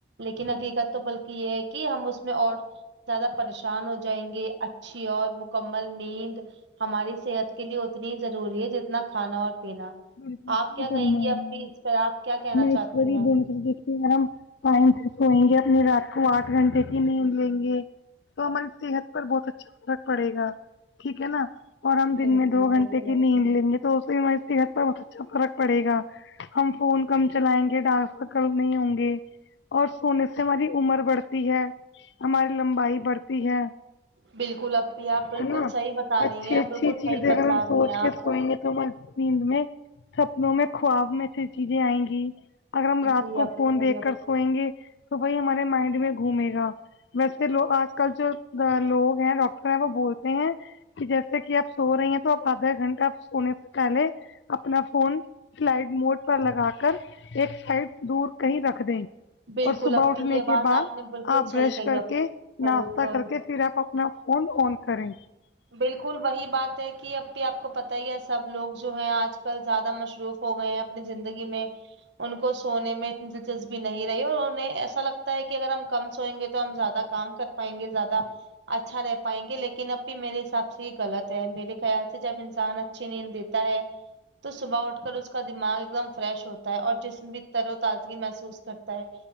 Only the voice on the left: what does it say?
بالکل
سہی
فرما
رہی
ہے
اپ
<unintelligible> ہم ٹائم سے سوئیں گے اپنی رات کو آٹھ گھنٹے کی نیند لیں گے تو ہماری صحت پر بہت اچھا فرق پڑے گا ٹھیک ہے نا اور ہم
دن میں دو گھنٹے
کی
نیند لیں گے تو اس سے بھی ہماری صحت پر بہت اچھا فرق پڑے گا ہم فون کم چلائیں گے ڈارک سرکل نہیں ہوگیں اور سونے سے ہماری عمر بڑھتی ہے ہماری لمبائی بڑھتی ہے
ہے نا
اچھی
اچھی
چیزیں
اگر
ہم
سوچ
کے سوئیں گے تو م نیند میں سپنوں میں خواب میں سے چیزیں آئیں گی اگر ہم رات
کو
فون دیکھ کر سوینگیں تو وہی ہمارے مائنڈ میں گھومے گا ویسے لو آج کل جو لوگ ہیں ڈاکٹر ہیں وہ بول کہ جیسے کہ آپ سو رہی ہیں تو آپ آدھا گھنٹہ سونے سے پہلے اپنا فون سلائڈ موڈ پر لگا کر ایک سائڈ دور کہیں رکھ دیں
اور صبح
اٹھنے
کے بعد
آپ
برش
کر
کے
ناشتہ کر کے پھر آپ اپنا فون آن کریں